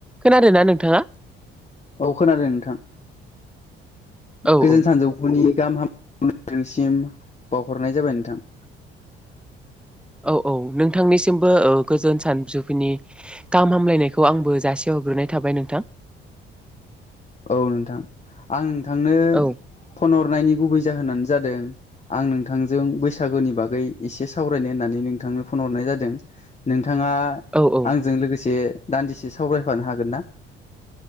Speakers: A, in the centre; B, on the left.
A: खोनादोंना नोंथाङा?
B: औ खोनादों नोंथां
A: औ
B: गोजोन
A: औ
B: सानजौफुनि गाहाम हाम <unintelligible> नोंथांसिम बावहरनाय जाबाय नोंथां ।
A: औ औ नोंथांनिसिमबो ओ गोजोन सान जुफिनि गाहाम हामलायनायखौ आंबो जासियाव हग्रोनाय थाबाय नोंथां ।
B: औ नोंथां आं नोंथांनो
A: औ
B: फन ह नायनि गुबै जाहोनानो जादों आं नोंथांजों बैसागुनि बागै इसे सावरायनो होननानै नोंथां । नो फन हरनाय जादों नों थाङा
A: औ औ
B: आंजों लोगोसे दान्दिसे सावरायफानो हागोन ना?